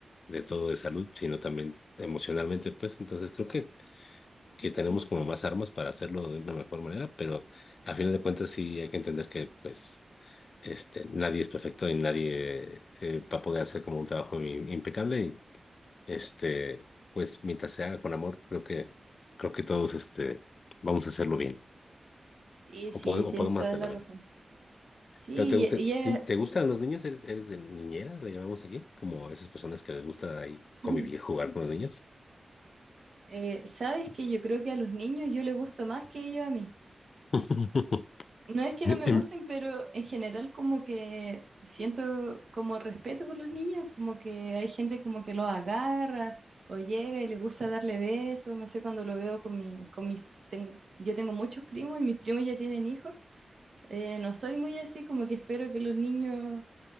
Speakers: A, on the left; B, on the right.
A: de todo, de salud, sino también emocionalmente, pues. Entonces creo que, que tenemos como más armas para hacerlo de una mejor manera, pero a final de cuentas sí hay que entender que, pues, este, nadie es perfecto y nadie eh, va a poder hacer como un trabajo im- impecable este, pues mientras se haga con amor, creo que, creo que todos este, vamos a hacerlo bien,
B: Sí, sí,
A: o podemos,
B: tienes
A: o podemos
B: toda
A: hacerlo
B: la razón.
A: bien.
B: Sí,
A: ¿Pero te,
B: y,
A: te, te-
B: y, eh,
A: te gustan los niños? ¿Eres, eres de niñeras, le llamamos aquí? Como esas personas que les gusta ahí
B: <laughs>
A: convivir, jugar con los niños.
B: eh, sabes que yo creo que a los niños yo les gusto más que ellos a mí.
A: <laughs>
B: No es que no me
A: En,
B: gusten, pero en general como que siento como respeto por los niños, como que hay gente como que los agarra o llega y le gusta darle besos, no sé, cuando lo veo con mi, con mis, tengo, yo tengo muchos primos y mis primos ya tienen hijos, eh, no soy muy así, como que espero que los niños